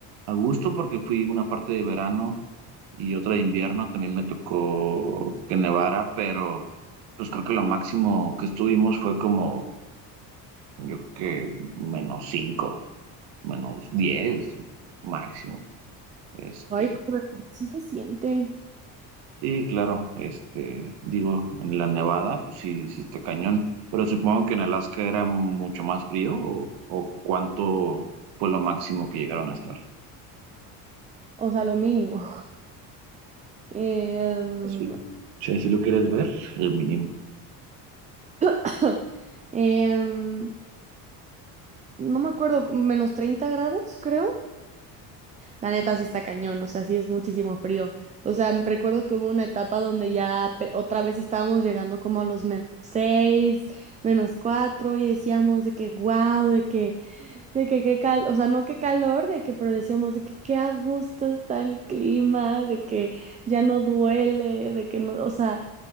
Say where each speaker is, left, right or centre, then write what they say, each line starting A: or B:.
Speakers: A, on the right; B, on the right.
A: a gusto porque fui una parte de verano y otra de invierno, también me tocó que nevara, pero pues creo que lo máximo que estuvimos fue como, yo creo que menos cinco, menos diez máximo, este,
B: Ay, pero sí se siente,
A: Sí, claro, este, digo, en la Nevada, pues sí, sí está cañón, pero supongo que en Alaska era mucho más frío o, o cuánto fue lo máximo que llegaron a estar.
B: o sea, lo mínimo. <laughs> Em,
A: Sí, sí, si lo quieres ver, el mínimo.
B: <laughs> Em, no me acuerdo, menos 30 grados, creo. La neta sí está cañón, o sea, sí es muchísimo frío. O sea, me recuerdo que hubo una etapa donde ya pe- otra vez estábamos llegando como a los menos 6 menos 4 y decíamos de que wow, de que, de que qué cal, o sea, no qué calor, de que, pero decíamos de que qué a gusto está el clima, de que ya no duele, de que no, o sea.